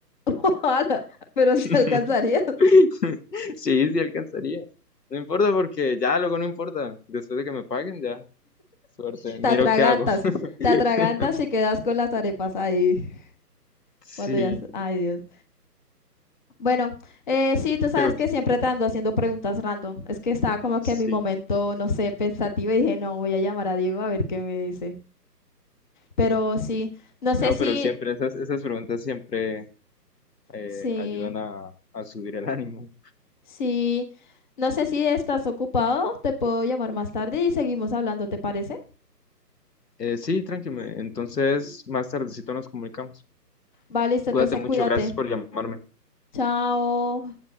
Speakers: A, on the left; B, on the left.
A: <laughs> Ojalá, pero se
B: <laughs>
A: alcanzaría.
B: <laughs> Sí, sí alcanzaría. No importa porque ya luego no importa. Después de que me paguen, ya, suerte. Miro
A: Te atragantas,
B: qué hago. <laughs>
A: te atragantas y quedas con las arepas ahí.
B: Sí,
A: Cuando ya, es- ay Dios. Bueno, eh, sí, tú sabes
B: pero
A: que siempre te ando haciendo preguntas random. Es que estaba como
B: sí.
A: que en mi momento, no sé, pensativa y dije, no, voy a llamar a Diego a ver qué me dice. Pero sí, no sé
B: No,
A: si,
B: pero siempre esas, esas preguntas siempre eh,
A: sí,
B: ayudan a, a subir el ánimo.
A: sí, no sé si estás ocupado, te puedo llamar más tarde y seguimos hablando, ¿te parece?
B: Eh, sí, tranquilo. Entonces, más tardecito nos comunicamos.
A: Va, listo, entonces
B: Cuídate mucho.
A: cuídate.
B: Gracias por llamarme.
A: Chao.